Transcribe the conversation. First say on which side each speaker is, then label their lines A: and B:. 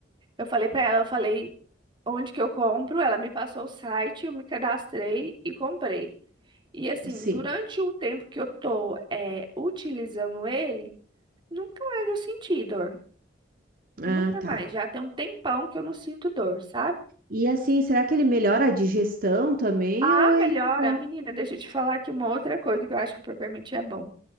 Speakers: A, on the right; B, on the right.
A: eu falei pra ela, eu falei onde que eu compro, ela me passou o site, eu me cadastrei e comprei. E assim,
B: Sim.
A: durante o tempo que eu tô é, utilizando ele, nunca mais eu senti dor.
B: Ah,
A: Nunca
B: tá.
A: mais. Já tem um tempão que eu não sinto dor, sabe?
B: E assim, será que ele melhora a digestão também
A: A
B: ou ele
A: melhora,
B: só...
A: menina, deixa eu te falar aqui uma outra coisa que eu acho que o Peppermint é bom.